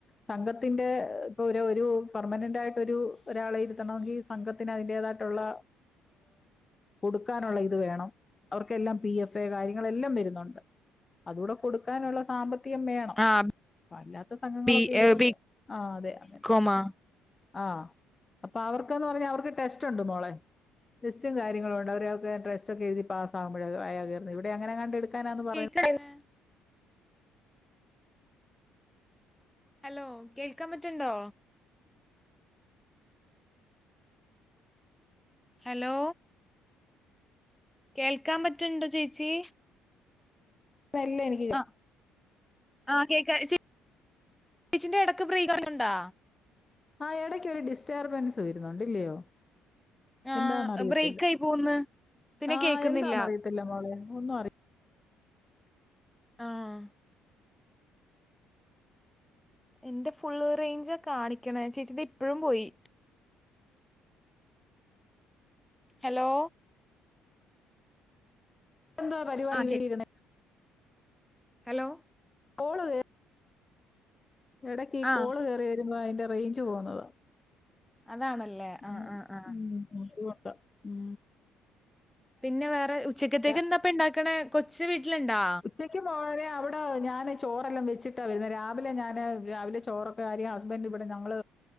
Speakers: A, on the left (about 25°); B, in the centre.
A: സംഘത്തിന്റെ ഇപ്പൊ ഒരു ഒരു പെർമനന്റ് ആായിട്ട ഒരു ഒരാളെ ഇരുത്തണമെങ്കിൽ സംഘ ത്തിന് അതിന്റേതായിട്ടുള്ള കൊടുക്കാനുള്ള ഇത് വേണം അവർക്കെല്ലാം പി എഫ് കാര്യങ്ങള എല്ലാം വരുന്നുണ്ട് അതുകൂടെ കൊടുക്കാനുള്ള സാമ്പത്തിക കൃം വേണം
B: ആഹ്
A: അപ്പ അല്ലാത്ത സംഘങ്ങളൊക്കെ
B: ബി
A: ഇതുപോലെ
B: ഏഹ്
A: ആ അതെ അങ്ങനെ
B: ബികോമാ?
A: ആ അപ്പൊ അവർക്കന്ന് പറഞ്ഞാ അവർക്ക് ടെസ്റ്റ് ഉണ്ട് മോളെ ടെസ്റ്റും കാര്ങ്ങളും ഉണ്ട് അവരൊ ടെസ്റ്റ ഒക്കെ എഴുതി പാസകുമ്പോഴ ആ ഇവിടെ അങ്ങനെങ്ങ കണ്ട എടുക്കാനാന്ന് പറയുന്നത്
B: <inaudible> ഹലോ കേൾക്കാൻ പറ്റണ്ടോ ഹലോ കേൾക്കാൻ പറ്റണ്ടോ ചേച്ചി
A: നെല്ല <unintelligible>
B: ആ ആ കേക്ക ചീച്ചിന്റെ ഇടക്ക് പ്രീ കഞ്ഞുണ്ടോ
A: ആ ഇടയ്ക്ക് ഒരു ഡിസ്റ്റർബൻസ് വരുന്നുണ്ട്ല്ലയോ
B: ആഹ്
A: എന്താന്ന അറിയത്തില്ല
B: ബ്രേക്ക് ആയി പോവുന്ന്. പിന്നെ
A: ആഹ
B: കേക്കുന്നില്ല.
A: എന്താന്നറിയത്തില്ല മോളെ ഒന്ന അറ
B: ആഹ എൻ്റെ ഫുള് റേഞ്ച് കാണിക്കണ ചേച്ചിത് ഇപ്പോഴും പോയി ഹലോ
A: എന്താ പരിപാടി
B: ആ കേക്കാം
A: വീടി
B: ഹലോ
A: കോള് ഇടക്ക്
B: ആ
A: കോള് കേറി വരുമ്പോ അതിന്റെ റേഞ്ച് പോതാ
B: അതാണല്ലേ
A: അ
B: ആ ആ ആ
A: അതുകൊണ്ട ഉ
B: പിന്നെ വേറെ ഉച്ചക്കത്തേക്ക്
A: ഞാ
B: എന്താപ്പ ഇണ്ടാക്കണ കൊച്ച് വീട്ടിലുണ്ടാ
A: ഉച്ചക്കും <unintelligible> അവിടെ ഞാൻ ചോറെല്ലാം വെച്ചിട്ടാണ് വരുന്നത് രാവിലെ ഞാന് രാവിലെ ചോറൊെ അപ്പ ആര്യ ഹസ്ബൻഡ് ഇവിടെ ഞങ്ങള്ൾ